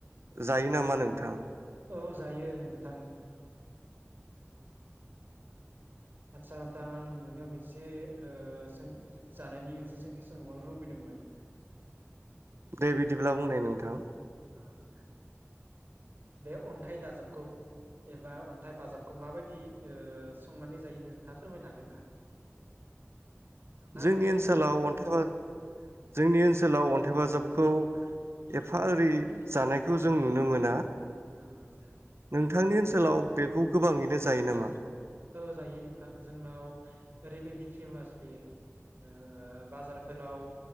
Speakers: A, on the right (about 65°); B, on the right (about 45°).
A: जायो नामा नोंथां
B: औ जायो नोंथां आदसा नोंथां आं नोंनियाव मोनसे ओ सों जानायनि मोनसे सोंथि सोंबावनो लुबैदोंमोन
A: दे बिदिब्ला बुंनाय नोंथां
B: आरो बे अन्थाइ दाजाबखौ एबा अन्थाइ बाजाबखौ माबायदि ओ संनानै जायो नोंथाङा फोरमायनो हागोन ना ना
A: जोंनि
B: मिथिया
A: ओनसोलाव
B: नोंसोर
A: अन्थाइ <inaudible> जोंनि ओनसोलाव अन्थाइ बाजाबखौ एफा ओरै जानायखौ जों नुनो मोना
B: औ आसा
A: नोंथांनि ओनसोलाव बेखौ गोबाङैनो जायो नामा
B: औ जायो नोंथां जोंनाव ओरैबायदि फेमास बेयो ओ बाजारफोराव